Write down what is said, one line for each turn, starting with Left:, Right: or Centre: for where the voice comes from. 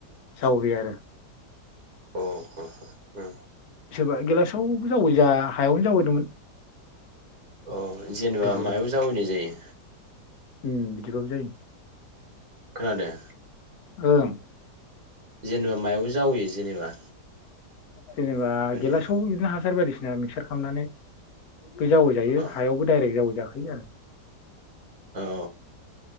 Left: जावैबाय आरो।
Right: अ ह-ह उम।
Left: सोरबा गेलासआवबो जावबायज हायावनो जावैदोंमोन।
Right: औ जेनेबा
Left: दुफु
Right: मायाव जावैनाय जायो।
Left: उम बिदिबाबो जायो।
Right: खोनादों।
Left: ओं।
Right: जेनेबा मायावबो जावैयो जेनेबा
Left: जेनेबा
Right: ओरैनो
Left: गेलासआवबो बिदिनो हासार बायदिसिना मिक्सार खामनानै बे जावो जायो
Right: अ
Left: हायावबो दडाइरेक्ट जावो जाखायो आरो
Right: औ।